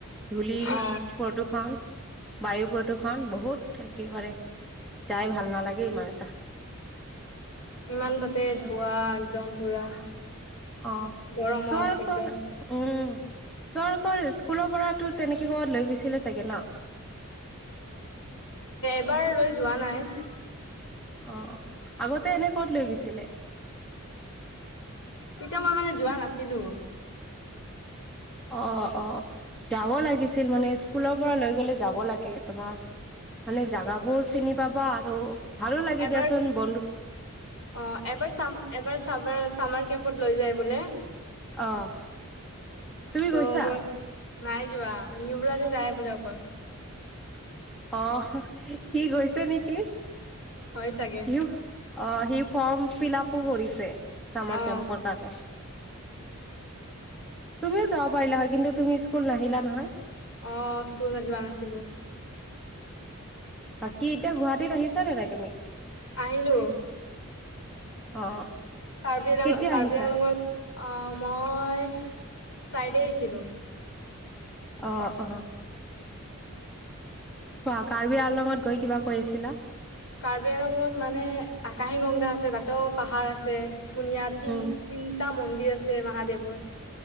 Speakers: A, in the centre; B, on the left.
A: ধূলিৰ
B: অ
A: প্ৰদূষণ বায়ু প্ৰদূষণ বহুত একে বাৰে যাই ভাল নালাগে ইমান এটা।
B: ইমান তাতে ধোৱা একদম পুৰা।
A: অ'
B: গৰমত
A: তোমালোকৰ,
B: একদম
A: উম। তোমালোকৰ স্কুলৰ পৰা তো তেনেকে কৰ'বাত লৈ গৈছিলে চাগে ন?
B: এবাৰলৈ যোৱা নাই।
A: অ', আগতে এনে ক'ত লৈ গৈছিলে?
B: তেতিয়া মই মানে যোৱা নাছিলো।
A: অ', অ', যাব লাগিছিল মানে স্কুলৰ পৰা লৈ গলে যাব লাগে তোমাৰ মানে জাগাবোৰ চিনি পাবা আৰু ভালো লাগে
B: এবাৰ
A: দিয়াচোন বন্ধু
B: অ', এবাৰ চামাৰ কেম্পত লৈ যায় বোলে।
A: অহ তুমি
B: ত'
A: গৈছা?
B: মই নাই যোৱা ইৱৰাজে যায় বোলে অকল
A: অ', সি গৈছে নেকি।
B: হয় চাগে
A: সি অ', সি ফৰ্ম ফিলাপো কৰিছে। চামাৰ
B: অ
A: কেম্পৰ কাৰণে। তুমিও যাব পাৰিলা হয় কিন্তু তুমি স্কুল নাহিলা নহয়।
B: অ স্কুলত যোৱা নাছিলো।
A: বাকী এতিয়া গুৱাহাটীত আহিছা নে নাই তুমি?
B: আহিলো।
A: অ
B: কাৰ্বি আংলঙ
A: কেতিয়া
B: কাৰ্বি
A: আহিছা
B: আংলংত অ', মই ফ্ৰাইডে আহিছিলোঁ।
A: অ', অ'। কোৱা কাৰ্বি আলঙত গৈ কিবা কৈ আছিলা।
B: কাৰ্বি আলংঙত মানে আকাশী গংগা আছে তাতেও পাহাৰ আছে। ধুনীয়া তিনিটা
A: উম
B: মন্দিৰ আছে মহাদেৱৰ।